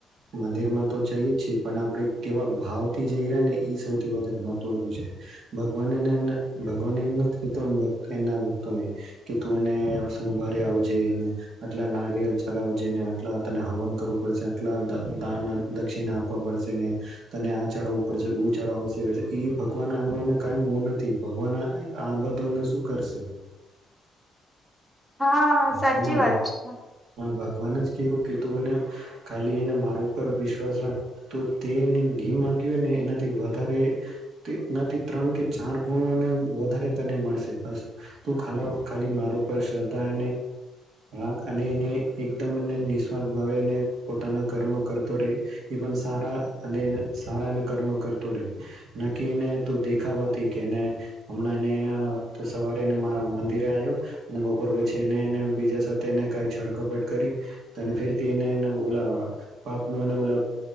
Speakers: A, on the right; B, in the centre.
A: મંદિરમાં તો જઈએ છીએ, પણ આપણે કેવા ભાવ થી જઈએ ને એ સૌથી વધારે મહત્વનું છે, ભગવાને ભગવાને એમ નથી તો એના ભક્તોને કે તું એને સોમવારે આવજે એને આટલા નારિયેળ. બરાબર જઈને આટલા તને હવન કરવું પડશે, આટલા દાન દક્ષિણા આપવા પડશે ને તને આ ચડાવવું પડશે ચડાવું. ભગવાન આનો કોઈ મોહ નથી, ભગવાન આ બધોને શું કરશે?
B: હા, સાચી
A: પછી એને
B: વાત છે.
A: ભગવાન જ કેવુ કીધું ને ખાલી એને માર ઉપર વિશ્વાસ રાખ, તો તેનાથી માંગ્યુંને એનાથી વધારે, એનાથી ત્રણ કે ચાર ગુણોને વધારે તને મળશે, બસ તું ખા ખાલી માર ઉપર શ્રદ્ધા રાખ અને એને. એકદમ અને નિસ્વાત ભાવેને પોતાના કર્મ કરતો રહે, એ પણ સારા અને સારાને કર્મ કરતો રહેે. નક્કી એને દેખાવાથી કેને હમણાં એને સવારે મંદિરે આવ્યો, બપોર પછી એને બીજા સાથેને કે કાંઈ. પણ કરી તને ફરીથી એને એ ઉલા પાપનું એ